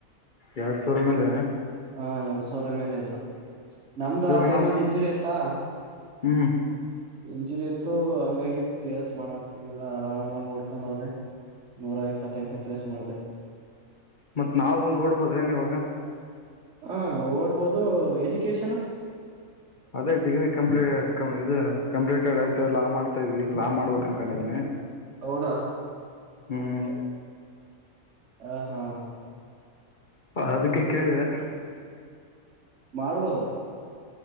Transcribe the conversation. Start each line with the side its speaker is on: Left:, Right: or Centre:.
Left: ಎರಡ್ ಸಾವರ ಮೇಲೆ
Right: ಹಾ ಎರಡ್ ಸಾವಿರ ಮೇಲೆ ಇದ್ರು ನಮ್ದು
Left: ಇವಾಗ
Right: ಆ ಟೈಮ್
Left: ನಾವು
Right: ಅಲ್ಲಿ ಇಂಜುರಿ ಆಯತ್ತಾ
Left: ಹ್ಮ್
Right: ಇಂಜುರಿ ಇತ್ತು ಹಂಗಾಗಿ ಪ್ಲೇಸ್ ಮಾಡಕ್ಕಾಗಿಲ್ಲ ಆರಾಮಾಗಿ ಓಡ್ಕೊಂಡ್ ಹೋದೆ ನೂರ ಇಪ್ಪತ್ತೆಂಟನೇ ಪ್ಲೇಸ್ ಮಾಡಿದೆ
Left: ಮತ್ತ್ ನಾವವು ಒಂದ್ ಓಡ್ಬದ್ರೇನ್ ಇವಾಗ
Right: ಹಾ ಓಡ್ಬೋದು ಎಜುಕೇಶನ್
Left: ಅದೇ ಡಿಗ್ರಿ ಕಂಪ್ಲೀಟ್ ಇದು ಕಂಪ್ಲೀಟೆಡ್ ಆಯ್ತು ಲಾ ಮಾಡ್ತಾ ಇದ್ವಿ ಲಾ ಮಾಡ್ಬೇಕು ಅನ್ಕೊಂಡಿದೀನಿ
Right: ಹೌದಾ
Left: ಹ್ಮ್
Right: ಹ ಹಾ
Left: ಹ ಅದಕ್ಕೆ ಕೇಳಿದೆೆ
Right: ಮಾಡ್ಬೋದು